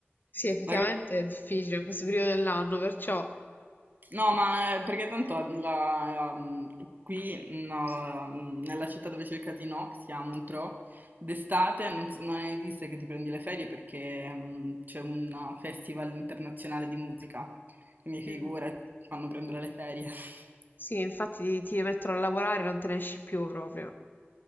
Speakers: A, on the left (about 50°); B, on the right (about 45°).
A: Sì, effettivamente
B: magari...
A: è difficile in questo periodo dell'anno, perciò...
B: No, ma eh, perché tanto la- um, qui mm, no, um, nella città dove c'è il casino, che si chiama Montreux, d'estate non, si- non esiste che ti prendi le ferie perché um, c'è un festival internazionale di musica, quindi figura,
A: Mm.
B: ti fanno prendere le ferie. <laughs>
A: Sì, infatti ti, ti mettono a lavorare e non te ne esci più proprio.